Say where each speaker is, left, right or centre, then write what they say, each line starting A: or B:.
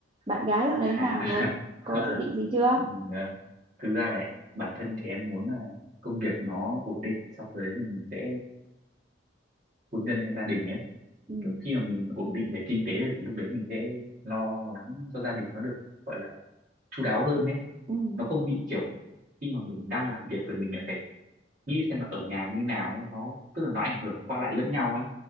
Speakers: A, on the right; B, on the right.
A: Bạn gái dạo đấy
B: à
A: nào rồi? Có
B: <laughs>
A: dự định gì chưa?
B: ừ, ờ, thực ra là bản thân thì em muốn là công việc nó ổn định xong rồi đấy thì mình sẽ hôn nhân hay gia đình ấy
A: Ừ.
B: kiểu khi mà mình ổn định về kinh tế rồi thì lúc đấy mình sẽ lo lắng cho gia đình nó được gọi là chu đáo hơn ấy
A: Ừ.
B: nó không bị kiểu khi mà mình đang làm việc thì mình lại phải nghĩ xem là ở nhà như nào ấy nó tức là nó ảnh hưởng qua lại lẫn nhau ấy